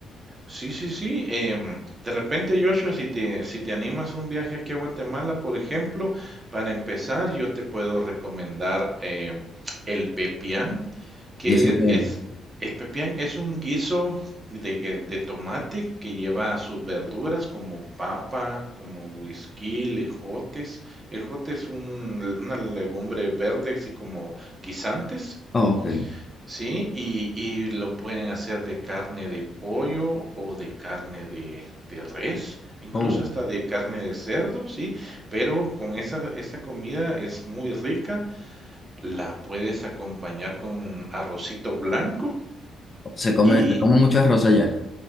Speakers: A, on the right; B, on the left.
A: Sí, sí, sí. em, de repente, Joshua, si te, si te animas un viaje aquí a Guatemala, por ejemplo, para empezar, yo te puedo recomendar em, el pepián, que
B: ¿Y eso qué?
A: es, el pepián es un guiso de, que- de tomate que lleva sus verduras como papa, como whisky, ejotes. El jote es un- una legumbre verde, así como guisantes.
B: Oh, ok.
A: Sí, y, y lo pueden hacer de carne de pollo o de carne de, de res, incluso
B: Oh,
A: hasta de carne de cerdo, sí, pero con esa, esa comida es muy rica, la puedes acompañar con arrocito blanco
B: se come,
A: y
B: se come mucho arroz allá.